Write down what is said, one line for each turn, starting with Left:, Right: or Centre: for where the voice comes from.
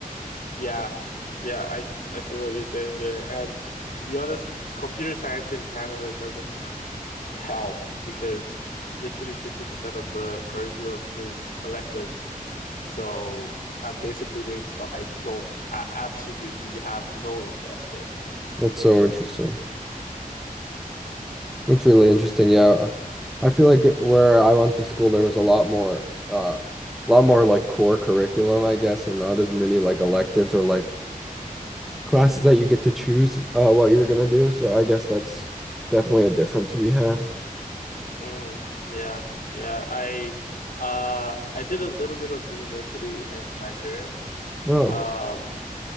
Left: Yeah, yeah, I I see what you're saying there. And to be honest, computer science in Canada doesn't even help because literally 50% of the curriculum is electives. So I'm basically doing stuff I don't, I absolutely have no interest in.
Centre: That's so interesting. That's really interesting. Yeah. I feel like where I went to school, there was a lot more, uh, a lot more like core curriculum, I guess, and not as many like electives or like classes that you get to choose, uh, what you were gonna do. So I guess that's definitely a difference we had.
Left: Mm, yeah, yeah. I uh I did a little bit of university in Nigeria.
Centre: Oh,
Left: Um,